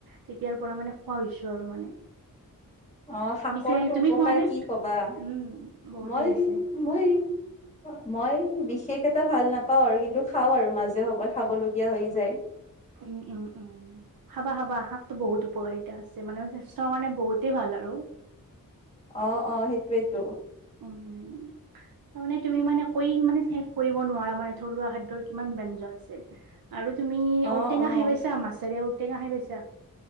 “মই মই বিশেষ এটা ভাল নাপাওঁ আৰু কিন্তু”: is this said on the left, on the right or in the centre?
Left